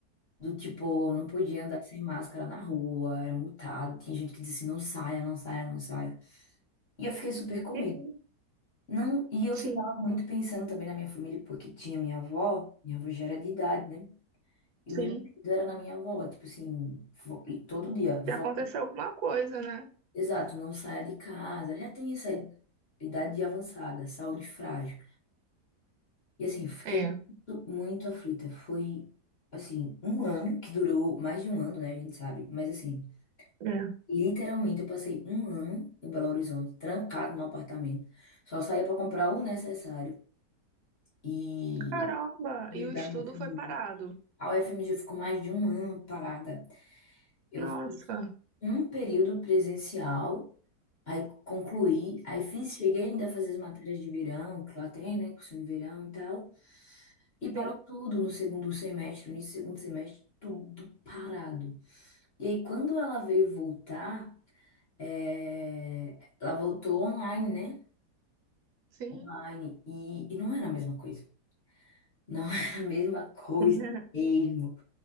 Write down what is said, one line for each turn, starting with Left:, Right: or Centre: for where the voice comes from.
Left: Do tipo, não podia andar sem máscara na rua, era multado. Tinha gente que dizia assim, não saia, não saia, não saia. E eu fiquei super com
Right: Sim,
Left: medo. Não, e eu
Right: sim,
Left: ficava muito pensando também na minha família, porque tinha minha avó, minha avó já era de idade, né? E o
Right: sim.
Left: meu medo era na minha avó, tipo assim, vó- e todo dia, vó,
Right: Se aconteceu alguma coisa, né?
Left: exato, não saia de casa, já tem essa idade avançada, saúde frágil. E assim, fiquei
Right: É,
Left: muito, muito aflita. Foi, assim, um ano, que durou mais de um ano, né? A gente sabe, mas assim,
Right: é.
Left: literalmente eu passei um ano em Belo Horizonte, trancado num apartamento, só saía para comprar o necessário. E
Right: Caramba,
Left: longe
Right: e o
Left: da
Right: estudo
Left: minha família.
Right: foi parado.
Left: A UFMG ficou mais de um ano parada. Eu
Right: Nossa,
Left: fiz um período presencial, aí concluí, aí fiz, cheguei ainda a fazer as matérias de verão, que lá tem, né, cursinho de verão e tal, e parou
Right: sim,
Left: tudo no segundo semestre, no início do segundo semestre, tudo parado. E aí, quando ela veio voltar, é, ela voltou online, né?
Right: sim.
Left: Online, e, e não era a mesma coisa. Não <laughs> era a mesma coisa
Right: <laughs>
Left: mesmo.